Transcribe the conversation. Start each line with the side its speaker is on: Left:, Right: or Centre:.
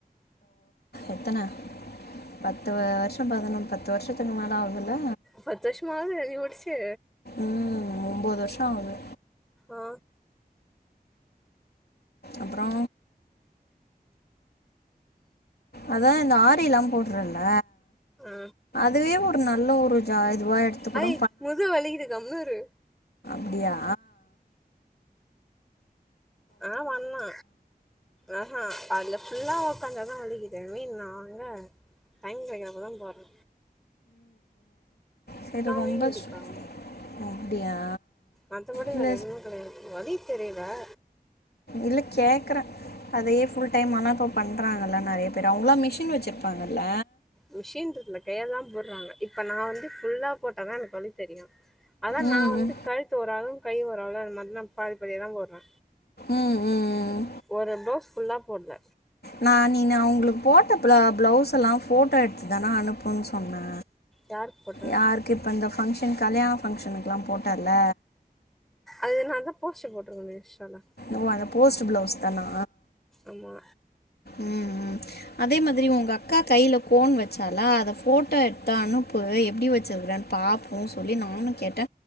Left: எத்தன பத்து வருஷ பதனொ பத்து வருஷத்துக்கு மேல ஆகுதுல
Centre: பத்து வருஷமா ஆவுது நீ முடிச்சு
Left: ம் ஒம்போது வருஷ ஆகுது
Centre: ஆ
Left: அப்றோ அதா இந்த ஆரில்லா போட்றன்ல
Centre: அ
Left: தே ஒரு நல்ல ஒரு ஜா இதுவாக எடுத்து
Centre: அய்
Left: கூட
Centre: முதுகு வலிக்குது கம்முனிரு
Left: அப்டியா
Centre: ஆ வண்ணா அஹா அதுல ஃபுல்லா உக்காந்து தா வலிக்கிது ஐ மீன் நா எங்க டைம் கெடக்கறப்பதா போட்ற
Left: செரி ரொம்ப
Centre: வீங்குதுக்கா
Left: சு அப்டியா
Centre: மத்தபடி
Left: இல்ல
Centre: வேற எதுவு கெடையாது வலி தெரியல
Left: இல்ல கேக்கற அதையே ஃபுல் டைமாலா இப்ப பண்றாங்க இல்ல நெறைய பேரு அவங்களா மிஷின் வெச்சுருப்பாங்க இல்ல
Centre: மிஷின்ருல்ல கைலதா போடறாங்க இப்ப நா வந்து ஃபுல்லா போட்டாதா எனக்கு வலி தெரியு அதா
Left: ம்
Centre: நா வந்து கழுத்து ஓரளவு கை வருல்ல அந்த மாரி நா பாதி பாதியாதா போடற
Left: ம் ம்
Centre: ஒரு ப்ளவ்ஸ் ஃபுல்லா போடல
Left: நா நீனு அவங்களுக்கு போட்ட பிளா பிளவுஸ் எல்லா ஃபோட்டோ எடுத்துதான அனுப்புன் சொன்ன
Centre: யாருக்கு போட்டே
Left: யாருக்கு இப்ப இந்த ஃபங்க்ஷன் கல்யாண ஃபங்க்ஷனுக்லா போட்டல
Centre: அது நாந்தா போஸ்ட் போட்ருந்தனே இன்ஸ்டால
Left: ஓ அந்த போஸ்ட் பிளவுஸ் தானா
Centre: ஆமா
Left: ம் ம் அதே மாதிரி உங்க அக்கா கைல கோன் வெச்சால அத ஃபோட்டோ எடுத்து அனுப்பு எப்டி வெச்சுருக்றன் பாப்போ சொல்லி நானு கேட்ட